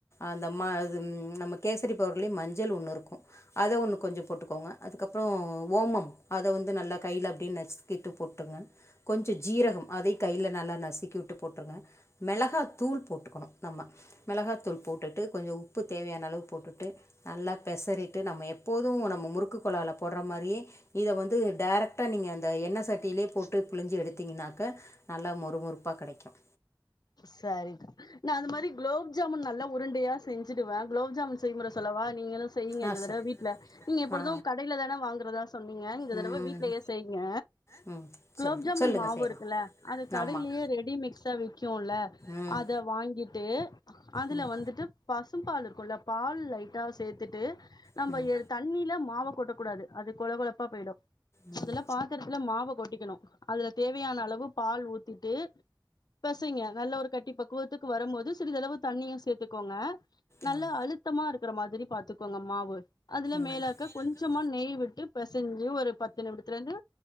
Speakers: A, on the left; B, on the left.
A: அந்த மா அது நம்ம கேசரி பவுடர்லயும் மஞ்சள் ஒன்னு இருக்கும் அதை ஒன்னு கொஞ்சம் போட்டுக்கோங்க அதுக்கப்புறம் ஓமம் அதை வந்து நல்லா கையில அப்படின்னு நச்சுக்கிட்டு போட்டுங்க கொஞ்சம் ஜீரகம் அதே கையில நல்லா நசிக்கி விட்டு போட்டுருங்க மிளகா தூள் போட்டுக்கணும் நம்ம மிளகாத்தூள் போட்டுட்டு கொஞ்சம் உப்பு தேவையான அளவு போட்டுட்டு நல்லா பெசறிட்டு நம்ம எப்போதும் நம்ம முறுக்கு குழாவுல போடுற மாதிரியேஇதை வந்து டேரக்ட்டா நீங்கள் அந்த எண்ணெய சட்டியிலேயே போட்டுருங்க புழிஞ்சு எடுத்தீங்கனாக்க நல்லா மொறு மொரு ப்பாக கெடைக்கும்
B: சரிங்க நான் அந்த மாதிரி குளோ குலாப் ஜாமுன் நல்லா உருண்டையா செஞ்சுடுவேன் குலாப் ஜாமுன் செய்முறை சொல்லவா நீங்களும் செய்யுங்க
A: ஆ
B: இந்த
A: சொல்
B: தடவைீட்டுல நீங்க எப்பொழுதும்
A: ஆ
B: கடையில தானே வாங்குறதான் சொன்னீங்க இந்த தடவை
A: ம்
B: வீட்லயே செய்யுங்க
A: ம்
B: குலாப்
A: சொல்லுங்க
B: ஜாமுன்
A: சொல்லுங்கள்
B: மாவு
A: செய்யலாம்
B: இருக்குல்ல அது கடையிலேயே
A: ஆமாம்
B: ரெடி மிக்ஸ் விக்கிம்ல
A: ம்
B: அத வாங்கிட்டு அதுல
A: ம்
B: வந்துட்டு பசும் பால் இருக்கும்ல பால் லைட்டா சேர்த்துட்டு நம்ம
A: ம்
B: தண்ணியில மாவை கொட்டக்க கூடாது அது கொழ கொழப்பா போயிடும்
A: ம்
B: அதெல்லாம் பாத்து த்தரத்துல மாவ கொட்டிக்கணு அதுல தேவையான அளவு பால் ஊத்திட்டு பெசைங்க நல்ல ஒரு கட்டி பக்குவத்துக்கு வரம்போது சிறிதளவு தண்ணியும் சேர்த்துக்கோங்க நல்ல
A: ம் ஆ
B: அழுத்தமா இருக்கிற மாதிரி பாத்துக்கோங்க மாவு அதுல
A: ம்
B: மேலாக்க கொஞ்சமா நெய் விட்டு பெசைஞ்சு ஒரு பத்து நிமிடத்துல இருந்து